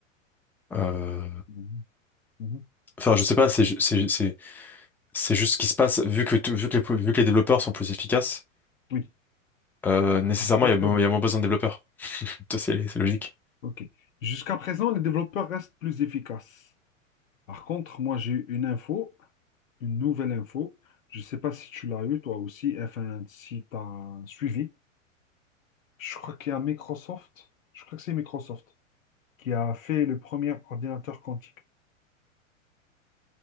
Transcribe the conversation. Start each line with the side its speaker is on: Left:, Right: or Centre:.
Centre: euh,
Left: Mhm. Mhm.
Centre: enfin je sais pas c'est c'est c'est C'est juste ce qui se passe, vu que, tout- vu que, les, vu que les développeurs sont plus efficaces,
Left: Oui.
Centre: euh, nécessairement,
Left: Jusqu'à
Centre: il y
Left: présent.
Centre: a, mo- il y a moins besoin de développeurs. Ça, C'est c'est logique.
Left: Ok. Jusqu'à présent, les développeurs restent plus efficaces. Par contre, moi, j'ai eu une info. une nouvelle info. Je ne sais pas si tu l'as eu toi aussi, enfin si tu as suivi. Je crois qu'il y a Microsoft, je crois que c'est Microsoft qui a fait le premier ordinateur quantique.